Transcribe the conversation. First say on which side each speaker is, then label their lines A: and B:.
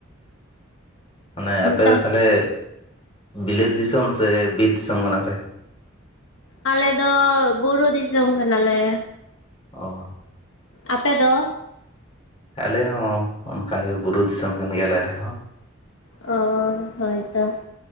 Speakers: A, on the left; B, on the left.
A: ᱢᱟᱱᱮ ᱟᱯᱮ
B: ᱛᱟ
A: ᱫᱚ ᱛᱟᱞᱦᱮ ᱵᱤᱞᱟᱹᱛ ᱫᱤᱥᱚᱢ ᱥᱮ ᱵᱤᱨ ᱫᱤᱥᱚᱢ ᱠᱟᱱᱟ ᱯᱮ?
B: ᱟᱞᱮ ᱫᱚ ᱵᱩᱨᱩ ᱫᱤᱥᱚᱢ ᱠᱟᱱᱟᱞᱮ᱾
A: ᱚ᱾
B: ᱟᱯᱮ ᱫᱚ?
A: ᱟᱞᱮ ᱦᱚᱸ ᱚᱱᱠᱟ ᱜᱮ ᱵᱩᱨᱩ ᱫᱤᱥᱚᱢ ᱠᱟᱱ ᱜᱮᱭᱟᱞᱮ ᱟᱞᱮ ᱦᱚᱸ᱾
B: ᱚ ᱦᱳᱭ ᱛᱚ᱾